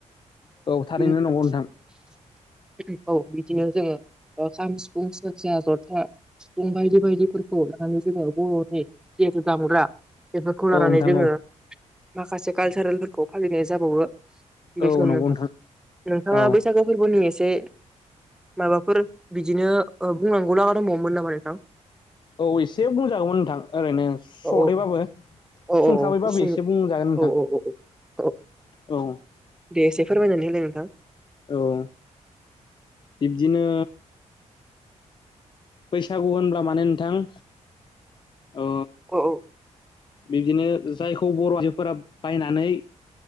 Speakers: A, on the left; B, in the centre.
A: औ थारैनो
B: <inaudible>
A: नंगौ नोंथां
B: औ बिदिनो जोङो ओ खाम सिफुं सेरजा ज था बायदि बायदिफोरखौ लानानै जोङो बर'नि जिहेथु दामग्रा बेफोरखौ लानानै
A: औ नोंथां
B: जोङो
A: औ
B: माखासे कालसारेलफोरखौ फालिनाय जाबावो
A: औ
B: बेखौ
A: नंगौ
B: नोंथां नोंथाङा
A: औ
B: बैसागु फोरबोनि एसे से माबाफोर बिदिनो बुंनांगौ लागा दंबावोमोन नामा नोंथां?
A: औ एसे बुंजागौमोन नोंथां ओरैनो सदैबाबो
B: औ औ औ
A: संथाबैबाबो
B: औ गुसुं
A: एसे बुंजागोन नोंथां।
B: औ औ औ औ
A: औ
B: दे एसे फोरमायनानै होलाय नोंथां
A: औ बिब्दिनो बैसागु होनब्ला माने नोंथां ओ
B: औ औ
A: बिब्दिनो जायखौ बर' आइजोफोरा बायनानै